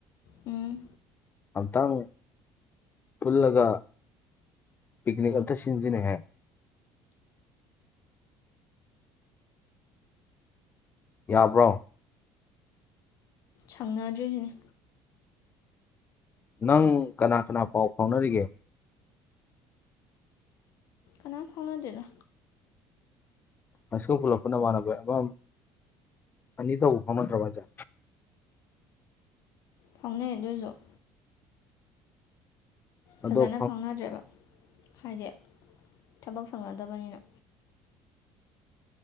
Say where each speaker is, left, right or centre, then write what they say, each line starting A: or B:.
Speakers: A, on the left; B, on the left.
A: ꯎꯝ
B: ꯑꯝꯇꯪ ꯄꯨꯜꯂꯒ ꯄꯤꯛꯅꯤꯛ ꯑꯝꯇ ꯁꯤꯟꯖꯤꯅꯦꯍꯦ ꯌꯥꯕ꯭ꯔꯣ
A: ꯁꯪꯅꯗ꯭ꯔꯤꯁꯤꯅꯤ
B: ꯅꯪ ꯀꯅꯥ ꯀꯅꯥ ꯄꯥꯎ ꯐꯥꯎꯅꯔꯤꯒꯦ
A: ꯀꯅꯥꯝ ꯐꯥꯎꯅꯗꯦꯗ
B: ꯍꯥꯏ ꯏꯁꯀꯨꯜ ꯄꯨꯜꯂꯛꯄ ꯅꯃꯥꯟꯅꯕ ꯑꯃ ꯑꯅꯤ ꯇꯧꯕ ꯐꯥꯎꯅꯗ꯭ꯔꯕ ꯍꯥꯏꯖꯦ
A: ꯐꯥꯎꯅꯩ ꯑꯗꯨ ꯑꯣꯏꯔꯁꯨ
B: ꯑꯗꯣ
A: ꯐꯖꯅ
B: ꯐꯪ-
A: ꯐꯥꯎꯅꯗ꯭ꯔꯦꯕ ꯍꯥꯏꯗꯤ ꯊꯕꯛ ꯁꯪꯅꯗꯕꯅꯤꯅ